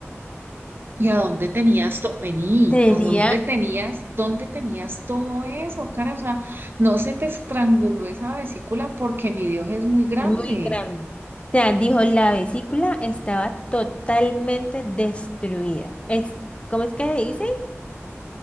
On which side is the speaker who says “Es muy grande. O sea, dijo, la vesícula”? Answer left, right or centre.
Left